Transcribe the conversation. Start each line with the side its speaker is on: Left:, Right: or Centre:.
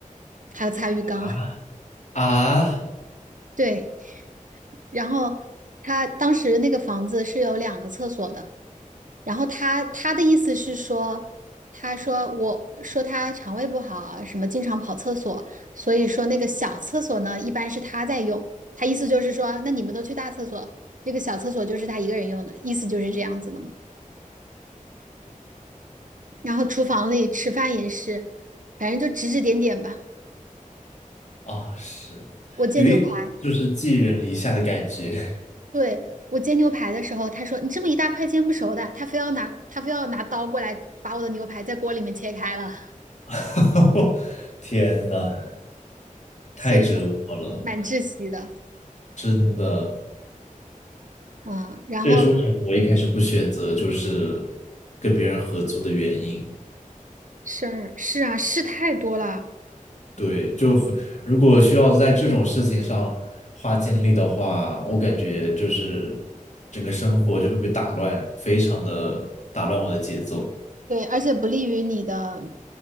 Right: 还要擦浴缸。
Left: 啊
Right: <laughs>
Left: 啊
Right: 对，然后他当时那个房子是有两个厕所的。然后他他的意思是说，他说我说他肠胃不好，什么经常跑厕所，所以说那个小厕所呢，一般是他在用。他意思就是说，那你们都去大厕所，这个小厕所就是他一个人用的，意思就是这样子的嘛。然后厨房里吃饭也是，反正就指指点点吧。
Left: 啊，是有一种就是寄人篱下的感觉。
Right: 我煎牛排，对，我煎牛排的时候，他说你这么一大块煎不熟的，他非要拿他非要拿刀过来把我的牛排在锅里面切开了，
Left: <laughs> 天呐，太折磨了，
Right: 所以蛮窒息的。
Left: 真的。
Right: 嗯，然后。
Left: 这也是为什么我一开始不选择就是跟别人合租的原因。
Right: 是是啊，事太多了，
Left: 对，就很如果需要在这种事情上花精力的话，我感觉就是整个生活就会被打乱，非常的打乱我的节奏。
Right: 对，而且不利于你的